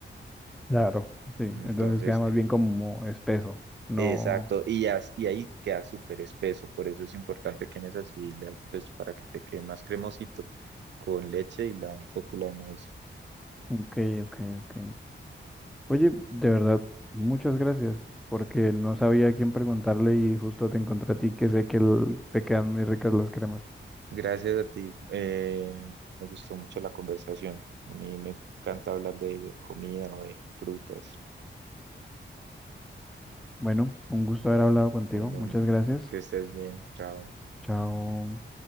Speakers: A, in the centre; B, on the right (about 65°).
A: Claro. Sí,
B: Entonces,
A: entonces queda más bien como espeso. No,
B: exacto, y, as- y ahí queda súper espeso, por eso es importante que en esa sí, le- pues para que te quede más cremosito, con leche y la fécula de maíz.
A: ok, ok, ok, Oye, de verdad, muchas gracias, porque no sabía a quién preguntarle y justo te encontré a ti, que sé que el- te quedan muy ricas las cremas.
B: Gracias a ti, eh, me gustó mucho la conversación, a mí me encanta hablar de comida o de frutas.
A: Bueno, un gusto haber hablado contigo.
B: Bueno,
A: Muchas gracias.
B: que estés bien, chao.
A: Chao.